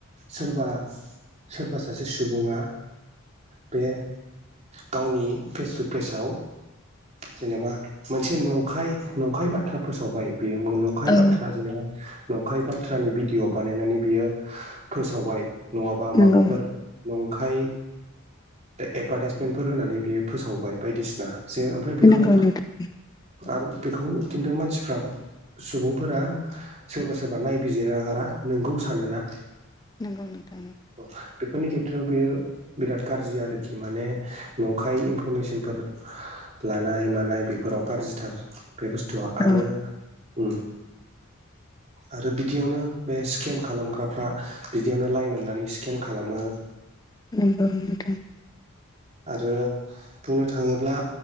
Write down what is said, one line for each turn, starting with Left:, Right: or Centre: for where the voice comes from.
Right: सोरबा सोरबा सासे सुबुङा बे गावनि फेसबुक पेजआव जेनेबा मोनसे नंखाय नंखाय बाथ्रा फोसावबाय बियो माब्लाबा नंखाय
Left: औ
Right: बाथ्रा जेनेबा नंखाय बाथ्रानि भिडिअ' बानायनानै बियो फोसावबाय नङाबा माबाफोर
Left: नंगौ
Right: नंखाय एदभारटाइसमेन्टफोर होनानै बियो फोसावबाय बायदिसिना जे ओमफ्राय बेखौ
Left: नंगौ नोंथां
Right: आरो बेखौ खिन्थु मानसिफ्रा सुबुंफोरा सोरबा सोरबा नायबिजिरागारा नोंगौ सानोना
Left: नंगौ नोंथां
Right: औ बेफोरनि खेथ्रआव बेयो बिराद गाज्रि आरोखि माने नंखाय इनफरमेसन फोर लानाय मानाय बेफोराव गाज्रि थार बे बुस्थुआ आरो
Left: औ
Right: ओ आरो बिदियावनो बे स्केम खालामग्राफोरा बिदियावनो लाय मोननानै स्केम खालामो
Left: नंगौ नोंथां
Right: आरो बुंनो थाङोब्ला